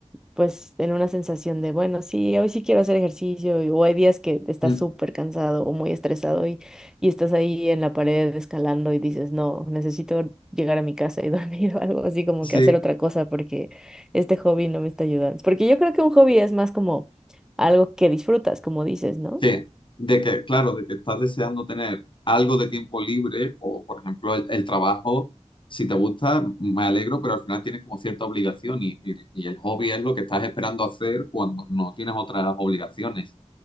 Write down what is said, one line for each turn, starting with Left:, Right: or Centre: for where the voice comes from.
Centre: pues en una sensación de, bueno, sí, hoy sí quiero hacer ejercicio, y- o hay días que estás
Left: Mm.
Centre: súper cansado o muy estresado y, y estás ahí en la pared escalando y dices, no, necesito llegar a mi casa y dormir <laughs> o algo así, como
Left: Sí,
Centre: que hacer otra cosa porque este hobby no me está ayudando. Porque yo creo que un hobby es más como algo que disfrutas, como dices, ¿no?
Left: Sí, de que, claro, de que estás deseando tener algo de tiempo libre o, por ejemplo, el, el trabajo, si te gusta, me alegro, pero al final tienes como cierta obligación y, y- y el hobby es lo que estás esperando hacer cuando no tienes otras obligaciones.